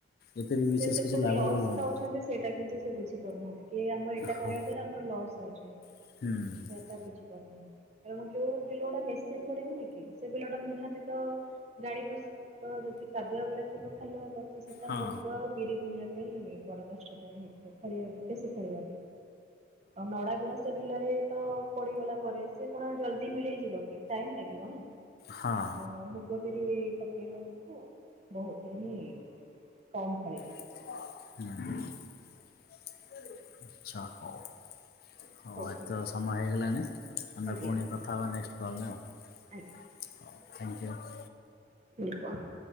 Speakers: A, on the left; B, on the right.
A: ଏତେ ବି ବିଶେଷ
B: ସେ ସେପଟୁ
A: କିଛି ଲାଭ
B: ଲସ୍
A: ବି ହଉନି।
B: ଖାଉଛନ୍ତି ସେଇଟା କିନ୍ତୁ ସେ ବୁଝି ପାରୁନାହାନ୍ତି କି ଆମ ଏଇଟା
A: ହଁ
B: କରିବା ଦ୍ଵାରା ଆମର ଲସ୍ ହଉଛି।
A: <inaudible>
B: ତେଣୁ ଯଉ ବିଲ ଗୁଡ଼ା ମେସିନ୍ ପଡିବନି କି, ସେ ବିଲଟା ନିହାତି ତ ଗାଡ଼ି ପସିବ, ତ ଯଦି କାଦୁଆ ବିଲ ଥିବ ଖାଲ ହବ। ତ ସେଟା
A: ହଁ
B: ଆଉ ବିରି ବୁଣିବା ପାଇଁ ବଡ଼ କଷ୍ଟ ହେଇଯିବ। ବେଶୀ ଫଳିବ ଆଉ ନଡ଼ା ଗୁଡା ସେ ବିଲରେ ତ ପଡିଗଲା ପରେ, ସେ କ'ଣ ଜଲ୍ଦି ମିଳେଇ ଯି ଟାଇମ୍ ଲାଗିବ ନା।
A: ହଁ ଆଚ୍ଛା। ହଁ
B: ତ ବିରି ପକେଇଲା ବହୁତୁ ହିଁ କମ୍ ଫଳିବ।
A: ହୁଁ
B: <unintelligible>
A: <inaudible> ହଉ ଆଜି
B: ଠିକ୍
A: ତ
B: ଅଛି।
A: ସମୟ ହେଇଗଲାଣି, ଆମେ
B: ଆଜ୍ଞା
A: ପୁଣି କଥା ହେବା ନେକ୍ସଟ୍ କଲ୍ ରେ ଆଉ।
B: ଆଜ୍ଞା।
A: <inaudible>
B: <inaudible>